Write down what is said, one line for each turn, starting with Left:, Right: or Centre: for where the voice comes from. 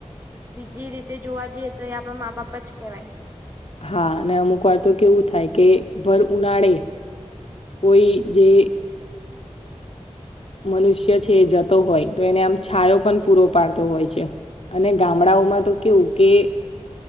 Right: બીજી રીતે જોવા જઈએ તો એ આપણા મા બાપ જ કેવાય.
Left: હા અને અમુક વાર તો કેવું થાય કે ભર ઉનાળે કોઈ જે મનુષ્ય છે એ જતો હોય તો એને આમ છાયો પણ પૂરો પાડતો હોય છે. અને ગામડાઓમાં તો કેવું કે